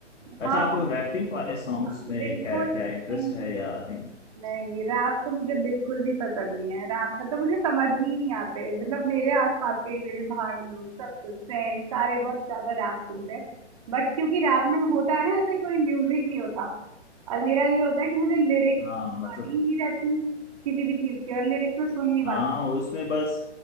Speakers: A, on the left; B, on the right.
A: अच्छा
B: हाँ
A: आपको
B: वही
A: रैपिंग वाले सॉन्ग्स
B: हाँ,
A: में
B: बिल्कुल
A: क्या क्या इंटरेस्ट
B: नहीं
A: है या नहीं
B: नहीं रैप तो मुझे बिल्कुल भी पसंद नहीं है रैप मतलब मुझे समझ ही नहीं आते मतलब मेरे आसपास के मेरे भाई लोग सब कुछ फ्रेंड सारे बहुत ज्यादा रैप सुनते हैं बट क्योंकि रैप में होता है ना ऐसे कोई म्यूजिक नहीं होता और मेरा ये होता है कि मुझे लिरिक्स
A: हाँ मतलब
B: आती ही नहीं रहती किसी भी चीज की और लिरिक्स में सुन नहीं
A: हाँ
B: पाती
A: उसमें बस